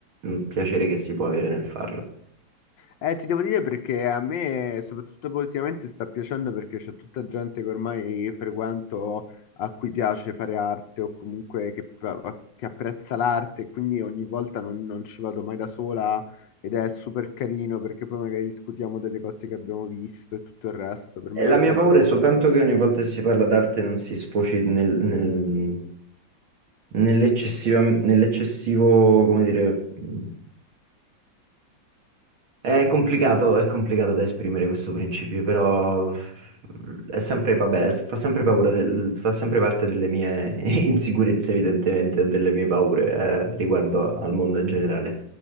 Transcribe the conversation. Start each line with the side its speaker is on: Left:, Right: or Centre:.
Right: mm, piacere che si può avere nel farlo.
Left: Eh, ti devo dire perché a me, soprattutto poi ultimamente, sta piacendo perché c'è tutta gente che ormai frequento a cui piace fare arte o comunque che, che apprezza l'arte, e quindi ogni volta non, non ci vado mai da sola ed è super carino perché poi magari discutiamo delle cose che abbiamo visto e tutto il resto. Per
Right: E
Left: me
Right: La mia
Left: è tipo
Right: paura è soltanto che ogni volta che si parla d'arte non si sfoci nel- nel- nell'eccessiva- nell'eccessivo, come dire, mm, È complicato, è complicato da esprimere questo principio, però è sempre, vabbè, fa sempre paura del- fa sempre parte delle mie <laughs> insicurezze, evidentemente, e delle mie paure, eh, riguardo al mondo in generale.